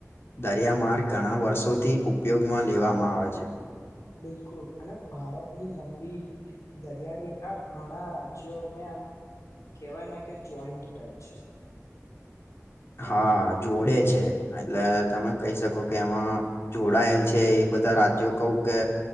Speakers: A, on the left (about 50°); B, on the left (about 75°).
A: દરિયામાર્ગ ઘણા વર્ષોથી ઉપયોગમાં લેવામાં આવે છે.
B: બિલકુલ અને ભારતની લંબી દરિયા રેખા ઘણા રાજ્યોને આમ કવાય ને કે જોઈન્ટ કરે છે.
A: હા, જોડે છે એટલે તમે કહી શકો કે એમાં જોડાયેલ છે એ બધા રાજ્યો કવું કે